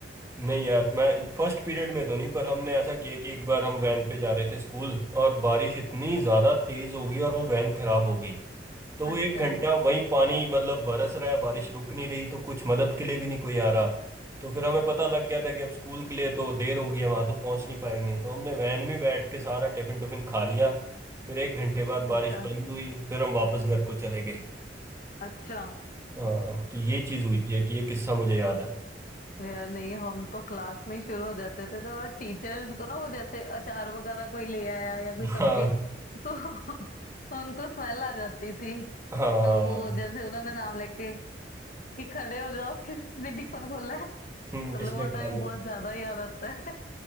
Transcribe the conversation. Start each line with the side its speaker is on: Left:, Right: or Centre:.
Right: नहीं यार मैं फर्स्ट पीरियड में तो नहीं पर हमने ऐसा किया कि एक बार हम वैन पे जा रहे थे स्कूल और बारिश इतनी ज़्यादा तेज़ हो गई और वो वैन खराब हो गई तो
Left: <laughs>
Right: वो
Left: अच्छा
Right: एक घंटा वही पानी मतलब बरस रहा है बारिश रुक नहीं रही तो कुछ मदद के लिए भी नहीं कोई आ रहा तो फिर हमें पता लग गया था कि अब स्कूल के लिए तो देर होगी हम वहां तो पहुंच नहीं पाएंगे तो हमने वैन में बैठ के सारा टिफिन टुफिन खा लिया फिर एक घंटे बाद
Left: अच्छा
Right: बारिश बंद हुई फिर हम वापस घर को चले गए
Left: अच्छा
Right: हाँ तो ये चीज हुई थी कि ये किस्सा मुझे याद है
Left: अरे यार नहीं हम तो क्लास में ही शुरू हो जाते थे तो और टीचर्स को ना वो जैसे अचार वगैरह कोई ले आया या कोई
Right: हाँ
Left: सब्जी तो <laughs> उनको स्मेल आ जाती थी
Right: <laughs> हाँ
Left: तो वो जैसे उन्होंने नाम लेके कि खड़े हो जाओ <laughs> किसने टिफिन खोला है तो
Right: हम्म,
Left: मतलब
Right: किसने
Left: वो
Right: खा
Left: टाइम
Right: लिया
Left: बहुत ज्यादा याद आता है